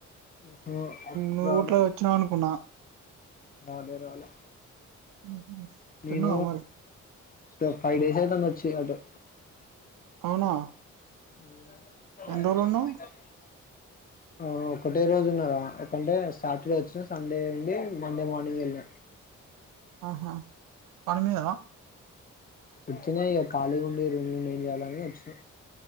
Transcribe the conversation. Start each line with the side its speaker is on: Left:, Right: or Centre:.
Left: ఓహో అప్పుడు
Right: నువ్వు
Left: రాలే
Right: గట్ల వచ్చినావ్ అనుకున్నా
Left: రాలే రాలే
Right: ఉహు.
Left: నేను
Right: తిన్నావా మరి
Left: సో ఫైవ్ డేస్ అయితాంది వచ్చి అటు
Right: అవునా
Left: ఊ <unintelligible>
Right: ఎన్ని రోజులు ఉన్నావ్
Left: ఆ ఒకటే రోజు ఉన్నారా అంటే సాటర్డే వచ్చిన సండే నుండి మండే మార్నింగ్ వెళ్ళ
Right: ఆహా పని మీదా
Left: వచ్చనే ఇక ఖాళీ ఉండి రూమ్ నుండి ఏం చేయాలని వచ్చిన